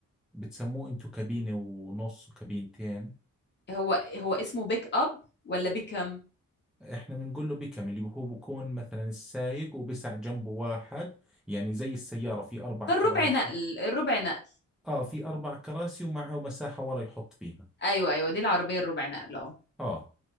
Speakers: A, in the centre; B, on the left.
A: بتسموه أنتو كابينة ونص وكابينتين
B: هو هو اسمه بيك اب ولا بيكم
A: إحنا بنقول له بيكم اللي هو بكون مثلا السايق وبسع جنبه واحد يعني زي السيارة في أربع
B: ده
A: كراسي
B: الربع نقل الربع نقل
A: آه في أربع كراسي ومعه مساحة ورا يحط فيها
B: ايوه ايوه دي العربيه الربع نقل اه
A: آه